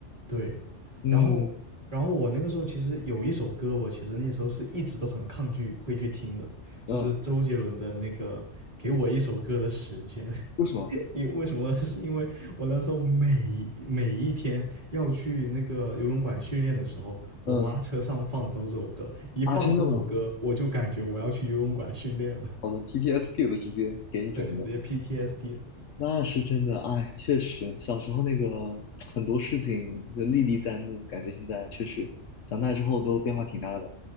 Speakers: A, on the right; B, on the left.
A: 对，
B: 嗯
A: 然后，然后我那个时候其实有一首歌，我其实那时候是一直都很抗拒会去听的，就是周杰伦的那个《给我一首歌的时间》。
B: 嗯，为什么？
A: <laughs> 因为什么？<laughs> 是因为我那时候每每一天要去那个游泳馆训练的时候，我妈车上放的都是这首歌，
B: 嗯。
A: 一放这首歌，
B: 啊，真的吗？
A: 我就感觉我要去游泳馆训练了，
B: 好的 p P s d 的直接给你整的，
A: 对，直接 PTSD 了。
B: 那是真的。哎，确实，小时候那个很多事情就历历在目，感觉现在确实长大之后都变化挺大的。